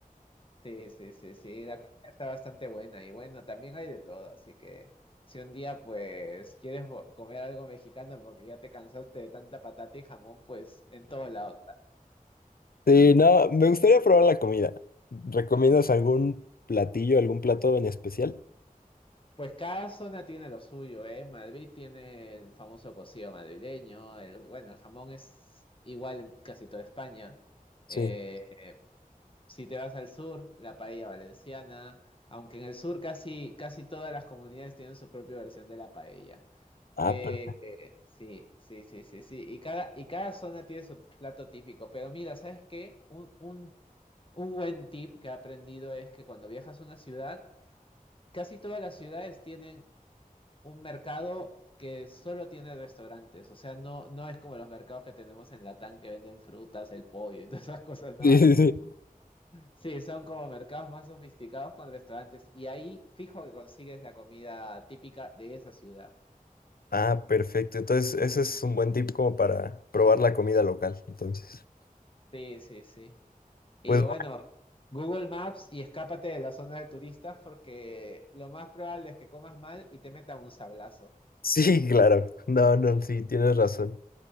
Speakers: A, on the left (about 35°); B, on the left (about 85°).
A: Sí, sí, sí, sí, la comida está bastante buena y bueno, también hay de todo, así que si un día pues quieres vo- comer algo mexicano porque ya te cansaste de tanta patata y jamón, pues en todos lados.
B: Sí, no, me gustaría probar la comida. ¿Recomiendas algún platillo, algún plato en especial?
A: Pues cada zona tiene lo suyo, ¿eh? Madrid tiene el famoso cocido madrileño, el, bueno, el jamón es igual en casi toda España.
B: Sí.
A: Eh, si te vas al sur, la paella valenciana, aunque en el sur casi, casi todas las comunidades tienen su propia versión de la paella. Eh,
B: Ah, per- <laughs>
A: eh, sí, sí, sí, sí, sí. Y cada, y cada zona tiene su plato típico. Pero mira, ¿sabes qué? Un, un, un buen tip que he aprendido es que cuando viajas a una ciudad, casi todas las ciudades tienen un mercado que solo tiene restaurantes. O sea, no, no es como los mercados que tenemos en Latam que venden frutas, el pollo y <laughs> todas esas cosas. No,
B: sí, sí, sí.
A: sí, son como mercados más sofisticados con restaurantes. Y ahí fijo que consigues la comida típica de esa ciudad.
B: Ah, perfecto. Entonces, ese es un buen tip como para probar la comida local. Entonces,
A: Sí, sí, sí. Y
B: pues bueno,
A: bueno, Google Maps y escápate de la zona de turistas porque lo más probable es que comas mal y te metan un sablazo.
B: <laughs> sí, claro. No, no, sí, tienes razón.